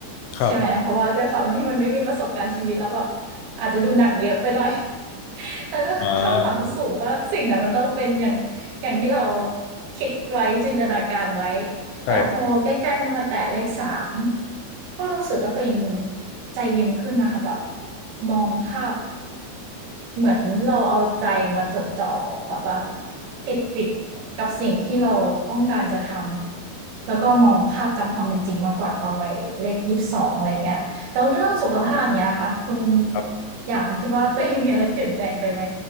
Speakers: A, on the left; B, on the right.
A: ครับ
B: ใช่ไหมเพราะว่าด้วยความที่มันไม่มีประสบการณ์ชีวิตแล้วแบบอาจจะดูหนังเยอะไปหน่อย <laughs> แล้วก็คาดหวังสูงว่าสิ่งนั้นมันต้องเป็นอย่างอย่างที่เรา
A: อ่า
B: คิดไว้จินตนาการไว้
A: ใช่
B: แต่พอใกล้ๆมันมาแตะเลขสามก็รู้สึกว่าตัวเองใจเย็นขึ้นนะคะแบบมองภาพ เหมือนเราเอาใจมาจดจ่อแบบว่าติดติดกับสิ่งที่เราต้องการจะทำแล้วก็มองภาพตามความเป็นจริงมากกว่าตอนวัยเลขยี่สิบสองอะไรเงี้ยแล้วเรื่องสุขภาพเนี้ยค่ะคุณ
A: ครับ
B: อย่างคิดว่าตัวเองมีอะไรเปลี่ยนแปลงไปไหม